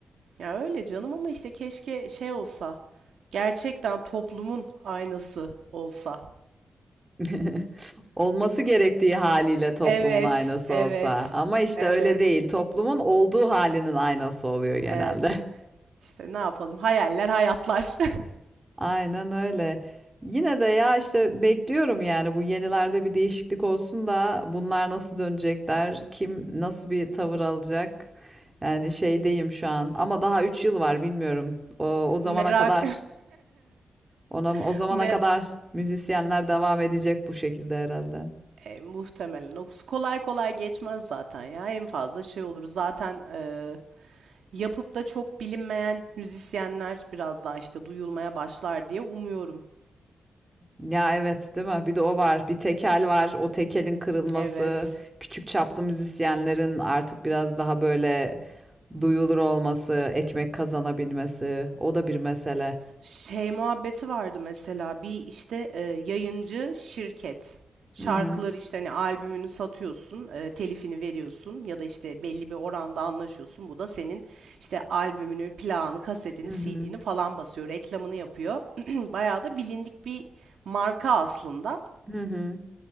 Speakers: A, on the right (about 85°); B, on the right (about 20°).
A: Ya öyle canım ama işte keşke şey olsa. Gerçekten toplumun aynası olsa.
B: <laughs> Olması gerektiği haliyle toplumun
A: Evet,
B: aynası
A: evet,
B: olsa. Ama işte
A: evet,
B: öyle değil. Toplumun olduğu halinin aynası oluyor genelde.
A: evet.
B: <laughs>
A: İşte ne yapalım? Hayaller, hayatlar. <laughs>
B: Aynen öyle. Yine de ya işte bekliyorum yani bu yenilerde bir değişiklik olsun da bunlar nasıl dönecekler, kim nasıl bir tavır alacak. Yani şeydeyim şu an ama daha 3 yıl var bilmiyorum. O, o zamana
A: Merak,
B: kadar. Ona,
A: <laughs>
B: o zamana
A: mer
B: kadar müzisyenler devam edecek bu şekilde herhalde.
A: e, muhtemelen. O kolay kolay geçmez zaten ya. En fazla şey olur. Zaten e, yapıp da çok bilinmeyen müzisyenler biraz daha işte duyulmaya başlar diye umuyorum.
B: Ya evet değil mi? Bir de o var. Bir tekel var. O tekelin kırılması,
A: Evet.
B: küçük çaplı müzisyenlerin artık biraz daha böyle duyulur olması, ekmek kazanabilmesi, o da bir mesele.
A: Şey muhabbeti vardı mesela bir işte e, yayıncı şirket şarkıları
B: Hı hı.
A: işte hani albümünü satıyorsun e, telifini veriyorsun ya da işte belli bir oranda anlaşıyorsun bu da senin işte albümünü plağını kasetini
B: Hı
A: CD'ni
B: hı.
A: falan basıyor reklamını yapıyor <clears throat> bayağı da bilindik bir marka aslında
B: Hı hı.